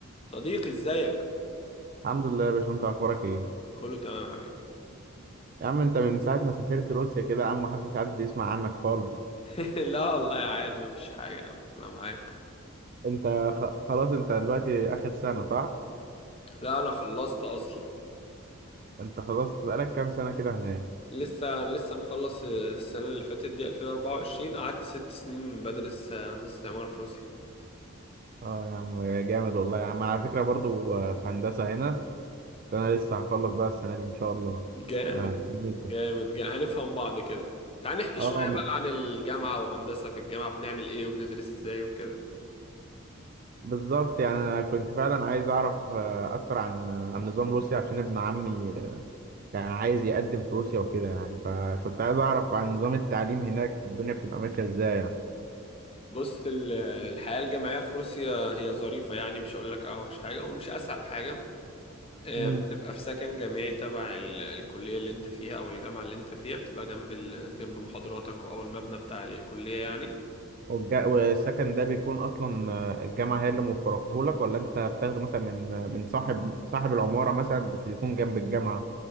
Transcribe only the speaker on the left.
صديقي ازيك
كله تمام يا حبيبي
<laughs> لا والله عادي مفيش حاجة يا عم انا معاك
لا انا خلصت اصلا
لسه انا لسه مخلص السنة اللي فاتت دي 2024 قعدت ست سنين بدرس هندسة عمارة في روسيا
جامد
جامد جامد هنفهم بعض كده تعال نحكي
شوية بقى عن الجامعة وهندسة في الجامعة بنعمل ايه وبندرس ازاي وكده
بص ال- الحياة الجامعية في روسيا هي ظريفة يعني مش هقول لك اوحش حاجة ومش اسهل حاجة آه،
بتبقى في سكن جامعي تبع ال- الكلية اللي انت فيها او الجامعة اللي انت فيها بتبقى جنب ال... جنب محاضراتك او المبنى بتاع الكلية يعني